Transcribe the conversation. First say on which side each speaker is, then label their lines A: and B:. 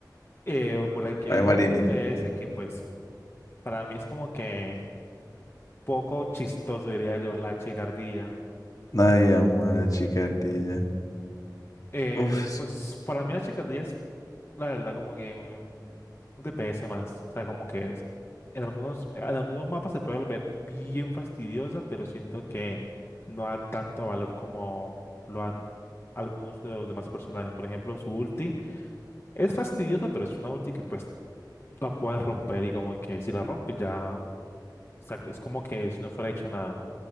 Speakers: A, on the left (about 35°); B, on the left (about 50°).
A: Eh, por aquí
B: por
A: hay
B: la misma
A: un
B: línea.
A: DPS que pues para mí es como que poco chistoso, diría yo, la chicardilla.
B: Ay, amada chica ardilla.
A: Eh,
B: Uf,
A: pues para mí la chicardilla la verdad, como que mm, un DPS más. O sea, como que es- en algunos, en algunos mapas se puede volver bien fastidiosa, pero siento que no da tanto valor como lo han algunos de los demás personajes. Por ejemplo, su ulti es fastidiosa, pero es una ulti que pues la puedes romper y como que si la rompes ya, o sea, es como que si no fuera hecho nada.